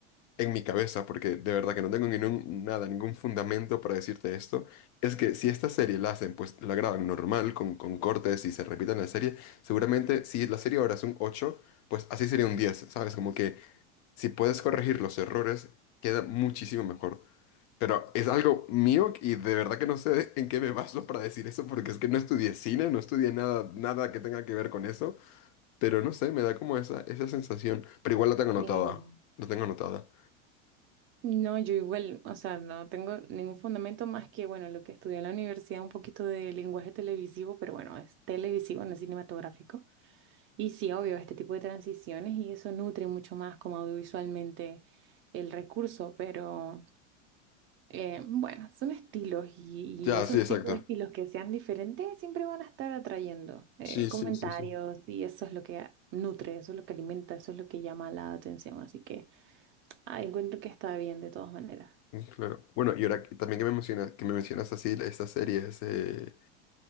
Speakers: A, on the left (about 45°); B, on the right (about 35°).
A: en mi cabeza, porque de verdad que no tengo ningún, nada, ningún fundamento para decirte esto, es que si esta serie la hacen, pues la graban normal, con, con cortes y se repiten la serie, seguramente si la serie ahora es un ocho pues así sería un diez ¿sabes? Como que si puedes corregir los errores, queda muchísimo mejor. Pero es algo mío y de verdad que no sé <laughs> en qué me baso para decir eso, porque es que no estudié cine, no estudié nada, nada que tenga que ver con eso, pero no sé, me da como esa, esa sensación, pero igual la tengo anotada,
B: Sí.
A: la tengo anotada.
B: No, yo igual, o sea, no tengo ningún fundamento más que, bueno, lo que estudié en la universidad, un poquito de lenguaje televisivo, pero bueno, es televisivo, no es cinematográfico. Y sí, obvio, este tipo de transiciones y eso nutre mucho más como audiovisualmente el recurso, pero... Eh, bueno, son estilos y, y
A: Ya,
B: esos
A: sí, exacto.
B: tipos de estilos que sean diferentes siempre van a estar atrayendo eh,
A: Sí,
B: comentarios
A: sí, sí, sí.
B: y eso es lo que nutre, eso es lo que alimenta, eso es lo que llama la atención. Así que ah, encuentro que está bien de todas maneras.
A: Mm, Claro. Bueno, y ahora que- también que me mencionas, que me mencionas así la- estas series, eh,